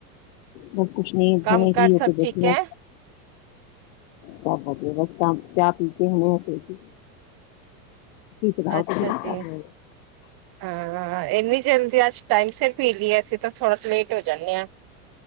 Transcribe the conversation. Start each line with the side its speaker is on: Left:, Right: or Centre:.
Left: ਬਸ ਕੁੱਛ ਨਹੀਂ,
Right: ਕੰਮ
Left: ਹੁਣੇ
Right: ਕਾਰ
Left: ਫ੍ਰੀ ਹੋ‌
Right: ਸਭ
Left: ਕੇ ਬੈਠੀ
Right: ਠੀਕ ਹੈ
Left: ਹਾਂ। ਸਭ ਵਧੀਆ ਬਸ ਤਾਂ ਚਾਹ ਪੀ ਕੇ ਹੁਣੇ ਹਟੇ ਸੀ। ਤੁਸੀਂ ਸੁਣਾਓ
Right: ਅੱਛਾ
Left: ਤੁਸੀਂ ਕੀ
Right: ਜੀ।
Left: ਕਰ ਰਹੇ ਹੋ
Right: ਹਾਂ-ਹਾਂ ਇਨੀ ਜਲਦੀ ਅੱਜ ਟਾਈਮ ਸਿਰ ਪੀਲੀ ਅਸੀ ਤਾਂ ਥੋੜਾ ਲੇਟ ਹੋ ਜਾਣੇ ਆ।